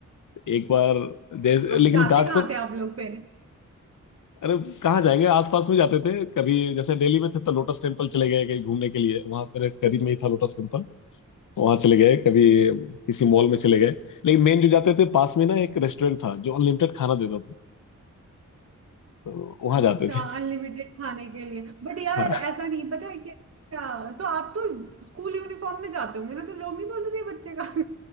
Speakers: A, on the left; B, on the right.
A: एक बार जैसे
B: अब
A: लेकिन
B: जाते
A: घाट
B: कहाँ
A: को
B: थे आप लोग फिर
A: अरे कहाँ जाएंगे आसपास में जाते थे कभी जैसे दिल्ली में थे तो लोटस टेम्पल चले गए कहीं घूमने के लिए वहां पर करीब में ही था लोटस टेम्पल वहां चले गए कभी किसी मॉल में चले गए लेकिन मेन जो जाते थे पास में ना एक रेस्टोरेंट था जो अनलिमिटेड खाना देता था तो वहां
B: अच्छा
A: जाते थे
B: अनलिमिटेड खाने के लिए बट यार
A: <laughs> हाँ,
B: ऐसा नहीं पता है क्या तो आप तो स्कूल यूनिफॉर्म में जाते होंगे ना तो लोग नहीं बोलते थे ये बच्चे का